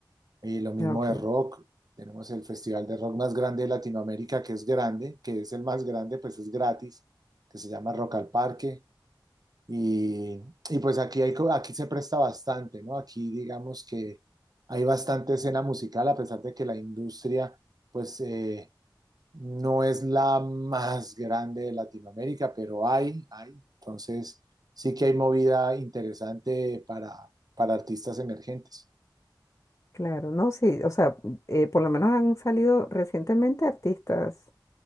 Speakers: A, on the right; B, on the left.
A: y lo mismo
B: Ah, ok.
A: de rock, tenemos el festival de rock más grande de Latinoamérica, que es grande, que es el más grande, pues es gratis, que se llama Rock al Parque, y, y pues aquí, hay, co- aquí se presta bastante, ¿no? Aquí digamos que hay bastante escena musical, a pesar de que la industria, pues... eh, no es la más grande de Latinoamérica, pero hay, hay. Entonces, sí que hay movida interesante para, para artistas emergentes.
B: Claro. No, sí. O sea, eh, por lo menos han salido recientemente artistas